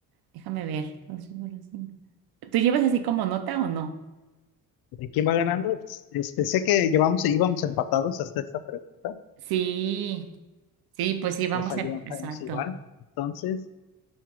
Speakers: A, on the right (about 85°); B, on the left (about 80°).
A: Déjame ver. Dos, cinco, cinco. Tú llevas así como nota o no?
B: ¿De quién va ganando? Es- Pensé que llevamos, íbamos empatados hasta esta pregunta,
A: Sí, sí, pues sí, vamos
B: que falló
A: a... Exacto.
B: Vamos Iván. Entonces,